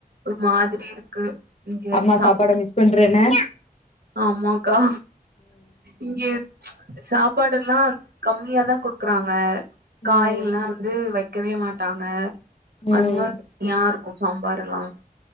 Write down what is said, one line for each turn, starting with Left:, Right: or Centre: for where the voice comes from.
Right: ஒரு மாதிரி இருக்கு இங்க
Left: அம்மா
Right: சாப்
Left: சாப்பாட மிஸ் பண்றேனு
Right: ஆமாக்கா இங்க சாப்பாடல்லா கம்மியாதா குடுக்குறாங்க காயில்லா
Left: ம்
Right: வந்து வெக்கவே மாட்டாங்க
Left: ம்
Right: அதுவு யாருக்கு சாம்பாரெல்லா